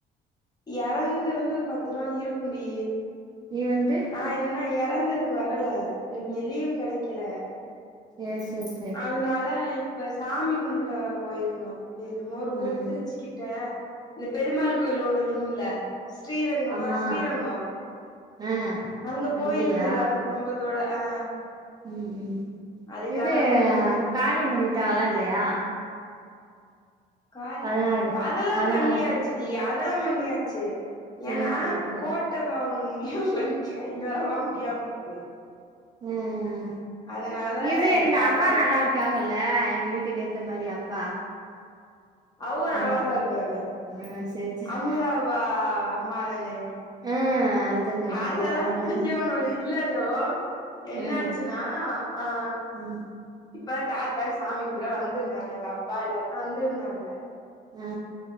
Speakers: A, on the left; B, on the right.
A: எறந்து வந்து ஒரு பத்து நாள் இருக்குண்டி
B: நீ வந்து
A: நா என்னன்னா எறந்ததுக்கு வரல எனக்கு இங்க லீவ் கெடைக்கல
B: யஸ் யஸ்
A: அதனால இப்ப சாமி கும்பிட போயிருந்தோ என்னமோ ஒரு
B: ஆ
A: ஊரு திருச்சிக்கிட்ட இந்த பெருமாள் கோவில் ஒன்னு இருக்கும்ல ஸ்ரீரங்கமா
B: அம்மா
A: ஸ்ரீரங்கோ
B: ஆ
A: அங்க போயிருந்தோ
B: அங்கேயா
A: எல்லாரு குடும்பத் தோட ஆ
B: ம் ம்
A: அதுக்காக
B: இது
A: வந்திருந்தே
B: காரியோ பண்ணிட்டாகளா இல்லயா
A: காரி
B: பதினாறு
A: அதெல்லா
B: பதினாறு
A: பண்ணியாச் சுடி அதெல்லா பண்ணியாச்சு
B: சேரி
A: ஏனா
B: சேரி சேரி
A: கோ ட்டபா ஒண்ணு முடியாமருக்கு ஐந்து வருடமா முடியாமருக்கு
B: அ ஆ
A: அதனால
B: இது இந்த
A: தாத்தா
B: அவ்வா நல்லாரு க்காகள்ல எங்க வீட்டுக்கு ஏத்த மாரி அவ்வா
A: அவுக நல்லாதாருக்காக
B: ஒரு ஆ சேரி சேரி
A: அமுதாவா அம்மாதானே
B: ஆ அதத்தா சொல்றே
A: அதெல்லா
B: நல்லாதானே
A: <unintelligible> இல்ல ஜோ என்னாச்சுனா
B: ஆ
A: ஆ
B: ஆ ம்
A: இப்ப தாத்தாக் சாமி கும்ட வந்திருந்தாங்க அந்த அவ்வா எல்லாருமே வந்திருந்தாங்க
B: ஆ